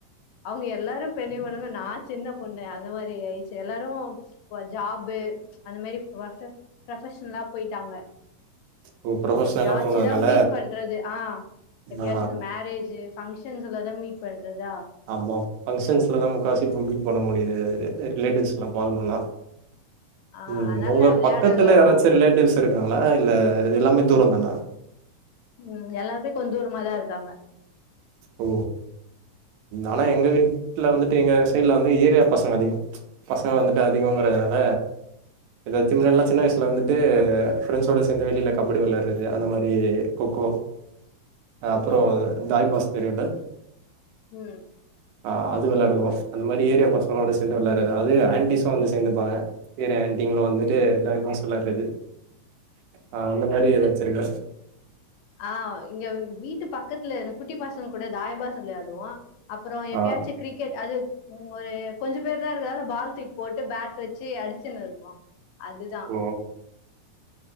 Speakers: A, on the left (about 80°); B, on the right (about 90°).
A: அவுங்க எல்லாரு பெண்ணி வுடுங்க நா சின்ன பொண்ணு அந்த மாரி ஆயிச்சி எல்லாரு வ ஜாபு அந்த மேரி வ பெ ப்ரெப்ஷ்னல்லா போய்ட்டாங்க
B: ஓ! ப்ரொஃபஷ்னலா
A: எப்யாச்சுதா
B: போனதுனால
A: மீட் பண்றது ஆ எப்யாச்சு
B: ஆ
A: இந்த மேரேஜு ஃபங்க்ஷன்ஸ்ல தா மீட் பண்றதா
B: ஆமா ஃபங்க்ஷன்ஸ்ல தா முக்காசி இப்ப மீட் பண்ண முடியிது அ ரிலேட்டிவ்ஸ் எல்லா பாக்கணுனா
A: ஆ
B: ம்
A: அதனால
B: உங்க
A: விளையாடல்லா
B: பக்கத்துல யாராச்சு
A: முடியது
B: ரிலேட்டிவ்ஸ் இருக்காங்களா இல்ல இது எல்லாமே தூரோதானா
A: ம் எல்லாருமே கொஞ்ச தூரமா தா இருக்காங்க
B: ஓ ஆனா எங்க வீட்ல வந்துட்டு எங்க சைட்ல வந்து ஏரியா பசங்க அதிகோ பசங்க வந்துட்டு அதிகங்கற அதனால ஏதாச்சும் நல்ல சின்னயசுல வந்துட்டு ஃப்ரெண்ட்ஸோட சேர்ந்து வெளியில கபடி வெளாடுறது அந்த மாரி கொக்கோ அப்றோ தாயபாஸ் தெரியுல
A: ம்
B: அ அது வெளையாடுவோ அந்த மாரி ஏரியா பசங்களோடு சேர்ந்து வெளாடுறது அதுவு ஆண்டிஸ் வந்து சேந்துப்பாங்க ஏரியா ஆண்டிங்களு வந்துட்டு தாயபாஸ் வெளாடுறது அ அந்த மாரி எதாச்சு இருக்க
A: அ இங்க வீட்டு பக்கத்துலரு குட்டி பசங்க கூட தாய்பாஸ் வெளையாடுவோ அப்றோ எப்பயாச்சு
B: ஆ
A: கிரிக்கெட் அது ஒரு கொஞ்ச பேர் தா இருக்கதால பால் தூக்கி போட்டு பேட் வெச்சு அடிச்சின்னு இருப்போ அதுதா
B: ஓ